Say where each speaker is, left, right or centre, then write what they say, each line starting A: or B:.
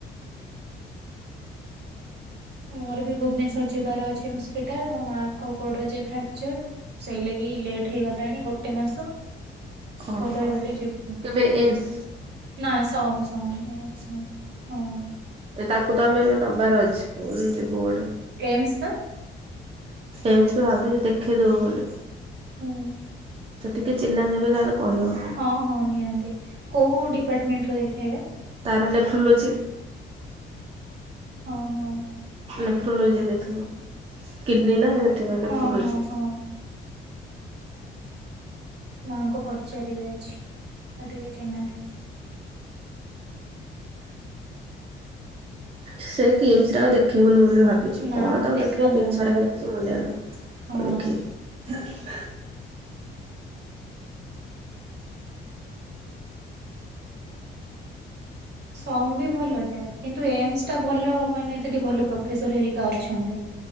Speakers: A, on the right; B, on the right.
A: ମୋର ବି ଭୁବନେଶ୍ଵର ଯିବାର ଅଛି ହସ୍ପିଟାଲ ମୋ ମାଙ୍କ ଗୋଡ ଯେ ଫ୍ରାକ୍ଚର। ସେଇ ଲାଗି ଲେଟ୍ ହେଇଗଲାଣି ଗୋଟେ ମାସ।
B: ଓହୋ
A: ଭଲ ହେଇଗଲେ ଯିବୁ।
B: କେବେ ଏମ୍ସ
A: ନାଁ ସମ୍ ସମ୍ ଏ ନାଁ ହଁ।
B: ଏ ତାକୁ ତାମେ ବି ନବାର ଅଛି ପୁଣି ଯିବୁ ଗୋଟେ।
A: ଏମସ୍ ବା।
B: ଏମସ୍ ରେ ଭାବୁଛି ଦେଖେଇ ଦବୁ ବୋଲି।
A: ହୁଁ।
B: ଯଦି କିଏ ଚିହ୍ନା ଥିବେ ତାହେଲେ କହିବ?
A: ହଁ ହଁ ନିହାତି କୋଉ ଡିପାର୍ଟମେଣ୍ଟ ର ଦେଖେଇବେ?
B: ତାର ନେଫ୍ରୋଲୋଜି।
A: ହଁ ହଁ।
B: ନେଫ୍ରୋଲୋଜି ଦେଖିବ କିଡ଼ନୀ ନାଁ ସେଥିପାଇଁ
A: ହଁ
B: ନେଫ୍ରୋଲୋଜି।
A: ହଁ ହଁ ମା ଙ୍କୁ ପଚାରିବି ଆଜି ଯଦି କିଏ ଚିହ୍ନାଥିବେ।
B: ସେ କିମ୍ସରେ ଆଉ ଦେଖେଇବୁନୁ ବୋଲି ଭାବିଛୁ
A: ନା
B: କଣ ତାକୁ
A: ଦେଖାନ୍ତୁନି
B: ଦେଖେଇବି ଇଚ୍ଛା ରହିଲେ କିଛି ମୂଲ୍ୟ ନାହିଁ।
A: ହଁ।
B: ଆଉ ଦେଖିବି।
A: ସମ୍ ବି ଭଲ ଯେ କିନ୍ତୁ ଏମସ୍ ଟା ଭଲ ମାନେ ସେଠି ଭଲ ପ୍ରଫେସର୍ ହେରିକା ଅଛନ୍ତି।